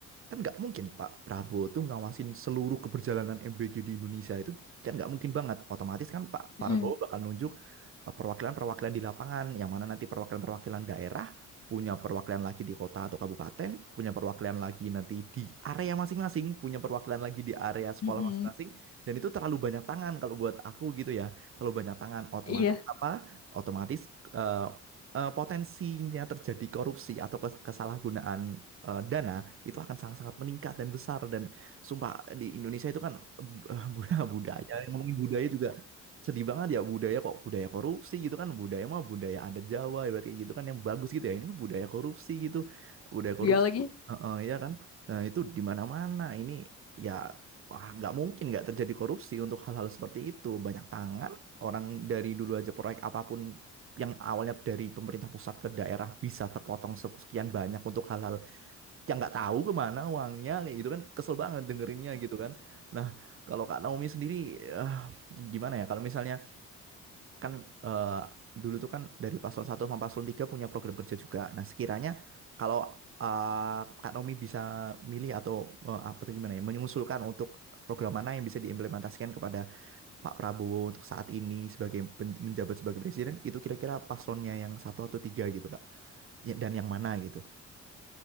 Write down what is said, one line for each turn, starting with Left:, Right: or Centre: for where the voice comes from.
Right: kan nggak mungkin Pak Prabowo tuh ngawasin seluruh keberjalanan MBG di Indonesia itu kan nggak mungkin banget. Otomatis kan Pak Prabowo
Left: Mm-mm.
Right: bakal nunjuk eh, perwakilan-perwakilan di lapangan, yang mana nanti perwakilan-perwakilan daerah punya perwakilan lagi di kota atau kabupaten, punya perwakilan lagi nanti di area masing-masing, punya perwakilan lagi di area sekolah
Left: Mm-mm.
Right: masing-masing, dan itu terlalu banyak tangan kalau buat aku gitu ya, terlalu banyak tangan otomatis
Left: iya
Right: apa? Otomatis eh, eh, potensinya terjadi korupsi atau kes- kesalahgunaan eh, dana itu akan sangat-sangat meningkat dan besar dan sumpah di Indonesia itu kan eh, bu- <laughs> budaya yang ngomongin budaya juga sedih banget ya budaya kok budaya korupsi gitu kan budaya mah budaya adat Jawa ya berarti gitu kan yang bagus gitu ya ini mah budaya korupsi gitu budaya korupsi
Left: dia lagi
Right: Heeh, ya kan nah itu di mana-mana ini ya wah nggak mungkin nggak terjadi korupsi untuk hal-hal seperti itu banyak tangan orang dari dulu aja proyek apapun yang awalnya dari pemerintah pusat ke daerah bisa terpotong sekian banyak untuk hal-hal yang nggak tahu kemana uangnya kayak gitu kan kesel banget dengerinnya gitu kan nah kalau Kak Naomi sendiri eh, gimana ya kalau misalnya kan eh, dulu tuh kan dari paslon satu sama paslon 3 punya program kerja juga. Nah, sekiranya kalau eh, Kak Naomi bisa milih atau eh, apa tuh gimana ya, mengusulkan untuk program mana yang bisa diimplementasikan kepada Pak Prabowo untuk saat ini sebagai pen- menjabat sebagai presiden, itu kira-kira paslonnya yang satu atau tiga gitu, Kak. Ya, Dan yang mana gitu.